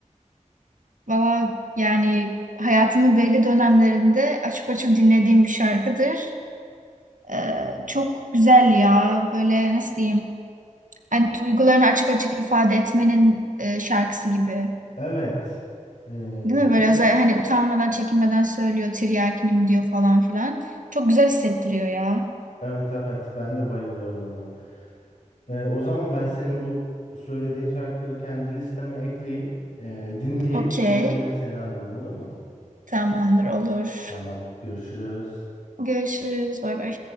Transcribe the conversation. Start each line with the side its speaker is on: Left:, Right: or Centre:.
Right: Valla yani hayatımın belli dönemlerinde açıp açıp dinlediğim bir şarkıdır. Ee, çok güzel ya. Böyle nasıl diyeyim? hani duygularını açık açık ifade etmenin e, şarkısı gibi.
Left: Evet. Ee,
Right: Değil mi?
Left: çok
Right: Böyle özel hani utanmadan çekinmeden söylüyor tiryakinim diyor falan filan. Çok güzel hissettiriyor ya.
Left: evet evet ben de bayılıyorum ona. Ee, o zaman ben senin bu söylediğin şarkıları kendi listeme ekleyeyim. Ee, dinleyeyim.
Right: Okey.
Left: Sonra yine seni arayayım olur mu?
Right: Tamamdır olur.
Left: Tamam, görüşürüz.
Right: Görüşürüz. Bay bay.